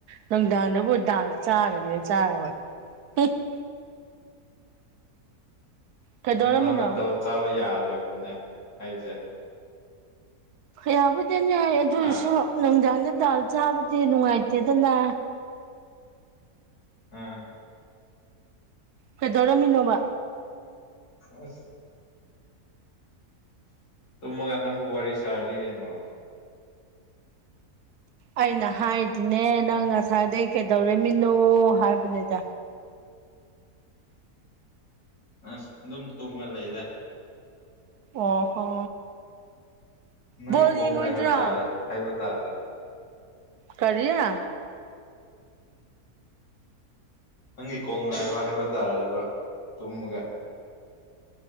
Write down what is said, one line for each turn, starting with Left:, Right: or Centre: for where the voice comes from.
Right: ꯅꯨꯡꯗꯥꯡꯗꯕꯨ ꯗꯥ ꯆꯥꯔꯤꯅꯦꯅ ꯆꯥꯔꯕ ꯎ <unintelligible> <inaudible> ꯀꯩꯗꯧꯔꯝꯃꯤꯅꯣ
Left: ꯅꯨꯡꯗꯥꯡꯗ ꯗꯧ ꯆꯥꯕ ꯌꯥꯗ꯭ꯔꯕꯅꯤꯅꯦ ꯑꯩꯁꯦ
Right: ꯌꯥꯕꯗꯤꯅꯁꯨ
Left: ꯍꯥ
Right: ꯅꯖ ꯗꯜ ꯆꯥꯕꯗꯤ ꯅꯨꯡꯉꯥꯏꯇꯦ ꯗꯅ
Left: ꯑꯥ
Right: ꯀꯩꯗꯧꯔꯝꯃꯤꯅꯣꯕ
Left: ꯑꯁ ꯇꯨꯝꯃꯒꯥ ꯅꯪꯕꯨ ꯋꯥꯔꯤ ꯁꯥꯥꯏꯅꯦ ꯀꯩꯅꯣ
Right: ꯑꯩꯅ ꯍꯥꯏꯗꯤꯅꯦ ꯅꯪ ꯉꯁꯥꯏꯗꯒꯤꯩ ꯀꯩꯗꯧꯔꯝꯃꯤꯅꯣ ꯍꯥꯏꯕꯅꯦꯗ
Left: ꯑꯁ ꯑꯗꯨꯝ ꯇꯨꯝꯃ ꯂꯩꯗ
Right: ꯑ ꯍꯣ
Left: ꯅꯪ
Right: ꯕꯣꯜ
Left: ꯀꯣꯜ
Right: ꯌꯦꯡꯉꯣꯏꯗ꯭ꯔꯣ
Left: ꯉꯥꯏꯕ ꯇꯥꯔꯦ ꯍꯥꯏꯕ ꯇꯥꯔꯦ
Right: ꯀꯔꯤꯌꯥ
Left: ꯅꯪꯒꯤ ꯀꯣꯜ ꯉꯥꯏꯕ ꯍꯥꯏꯕ ꯇꯥꯔꯦꯔꯤꯕ ꯇꯨꯝꯃꯒ